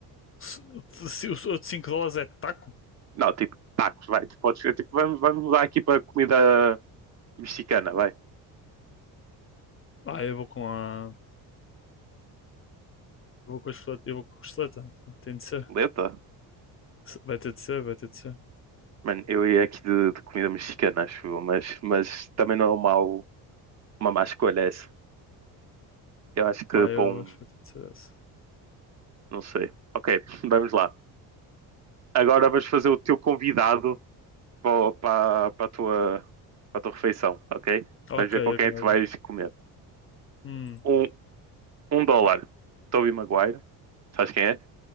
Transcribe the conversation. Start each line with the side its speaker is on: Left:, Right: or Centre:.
Left: Se, se os outros cinco dólares é taco?
Right: Não, tipo, tacos, vai. Tu podes, é, tipo, vamos, vamos mudar aqui para comida mexicana, vai.
Left: Ah, eu vou com a. Eu vou com a costeleta. Eu vou com a costeleta. Tem de ser.
Right: Lenta?
Left: Se- Vai ter de ser, vai ter de ser.
Right: Mano, eu ia aqui de, de comida mexicana, acho eu, mas, mas também não é um mau, uma má escolha essa. Eu acho que
Left: Pá,
Right: para
Left: eu
Right: um.
Left: acho que vai ter de ser essa.
Right: Não sei. Ok, <laughs> vamos lá. Agora vais fazer o teu convidado para, para, para a tua, para a tua refeição, ok?
Left: Ok,
Right: Vamos ver
Left: ok,
Right: com quem é que
Left: ok.
Right: tu vais comer.
Left: Hum.
Right: Um, um dólar, Tobey Maguire. Sabes quem é?